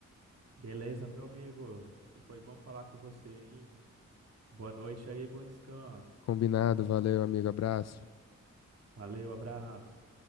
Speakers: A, on the right; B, on the left.
A: Beleza, meu amigo. Tu foi bom falar com você, hein? Boa noite aí, bom descanso.
B: Combinado, valeu, amigo, abraço.
A: Valeu, abraço.